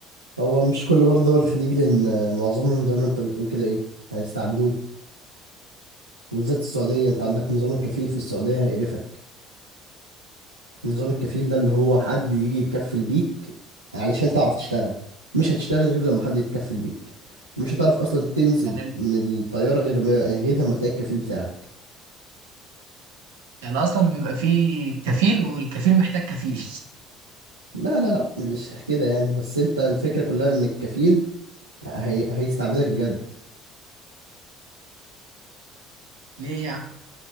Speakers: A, on the right; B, on the right.
A: هو مش كل برضه دول الخليج لأن آه، معظمهم زي ما أنت بتقول كده إيه هيستعبدوك وبالذات السعودية أنت عندك نظام الكفيل في السعودية هيقرفك نظام الكفيل ده اللي هو حد يجي يتكفل بيك علشان تعرف تشتغل مش هتشتغل غير لما حد يتكفل بيك مش هتعرف اصلا تنزل
B: يعني
A: من الطياره غير ما غير لما تلاقي الكفيل بتاعك
B: يعني اصلا بيبقى فيه كفيل والكفيل محتاج كفيل
A: لا لا لا مش كده يعني بس انت الفكره كلها ان الكفيل هي... هيستعبدك بجد
B: <laughs> ليه يعني